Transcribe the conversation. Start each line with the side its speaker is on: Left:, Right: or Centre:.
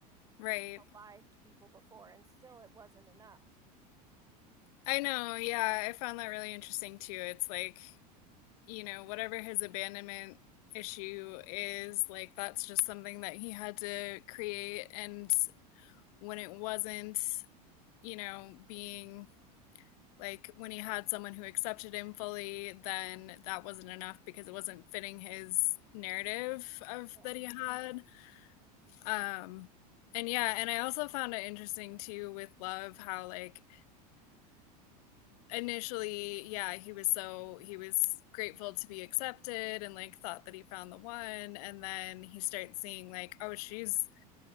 Left: right.
Right: alived people before, and still it wasn't enough.
Left: I know. Yeah, I found that really interesting too. It's like, you know, whatever his abandonment issue is, like that's just something that he had to create and when it wasn't, you know, being like when he had someone who accepted him fully, then that wasn't enough because it wasn't fitting his narrative of
Right: Yeah.
Left: that he had. Um and yeah, and I also found it interesting too with love how like initially, yeah, he was so he was grateful to be accepted and like thought that he found the one and then he starts seeing like oh, she's